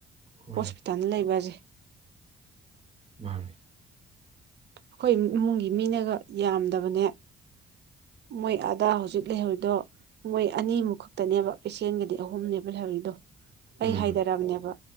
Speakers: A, on the right (about 30°); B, on the right (about 60°).
A: ꯍꯣꯏ
B: ꯍꯣꯁꯄꯤꯇꯥꯜꯗ ꯂꯩꯕꯁꯦ
A: ꯃꯥꯅꯦ
B: ꯑꯩꯈꯣꯏ ꯏꯃꯨꯡꯒꯤ ꯃꯤꯅꯒ ꯌꯥꯝꯗꯕꯅꯦ ꯃꯣꯏ ꯑꯥꯗꯥ ꯍꯧꯖꯤꯛ ꯂꯩꯍꯧꯔꯤꯗꯣ ꯃꯣꯏ ꯑꯅꯤꯃꯨꯛ ꯈꯛꯇꯅꯦꯕ ꯄꯦꯁꯦꯟꯒꯗꯤ ꯑꯍꯨꯝꯅꯦꯕ ꯂꯩꯍꯧꯔꯤꯗꯣ ꯑꯩ
A: ꯎꯝ
B: ꯍꯥꯏꯊꯔꯑꯝꯅꯦꯕ